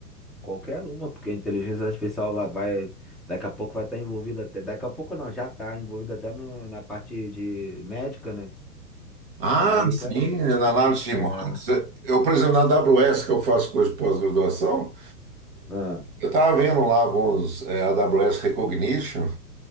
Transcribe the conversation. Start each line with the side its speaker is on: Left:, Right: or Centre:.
Centre: Qualquer uma, porque a inteligência artificial lá vai, daqui a pouco vai estar envolvida até, daqui a pouco não, já está envolvida até no- na parte de médica, né?
Right: Ah,
Centre: Aí
Right: sim,
Centre: já,
Right: na análise de
Centre: é,
Right: marketing. Eu, por exemplo, na AWS, que eu faço curso de pós-graduação,
Centre: ah,
Right: eu estava vendo lá alguns é, AWS Recognition,